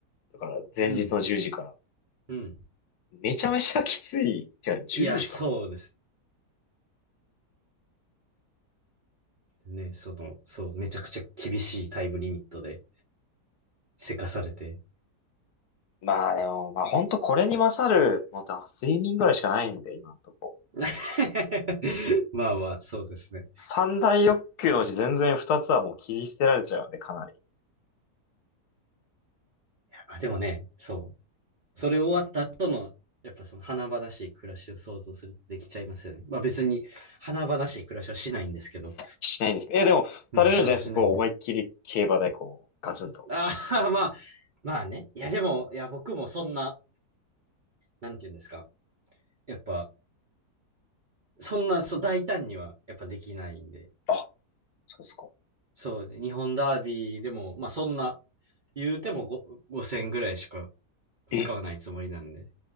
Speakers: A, on the left (about 75°); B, on the right (about 50°).
A: だから前日の10時から。
B: うん。うん。
A: めちゃめちゃきつい。じゃあ14時間。
B: いや、そうですね。その、そう、めちゃくちゃ厳しいタイムリミットで、せかされて。
A: まあでも、まあ本当これに勝るのって睡眠ぐらいしかないんで、今のとこ。
B: <laughs> まあまあ、そうですね。
A: 三大欲求のうち全然二つはもう切り捨てられちゃうんで、かなり。
B: まあでもね、そう。それ終わった後の、やっぱその華々しい暮らしを想像するとできちゃいますよね。まあ別に華々しい暮らしはしないんですけど、
A: しないんですかいや、でも、
B: うん、
A: されるんじゃないですかこう、
B: そうしないんです
A: 思いっきり競馬でこう、ガツンと。
B: ああ、まあ、まあね。いや、でも、いや、僕もそんな、なんて言うんですか。やっぱ、そんな、そう、大胆には、やっぱできないんで。
A: あ、そうですか。
B: そうね、日本ダービーでも、まあ、そんな、言うてもご5000ぐらいしか
A: え、
B: 使わないつもりなんで。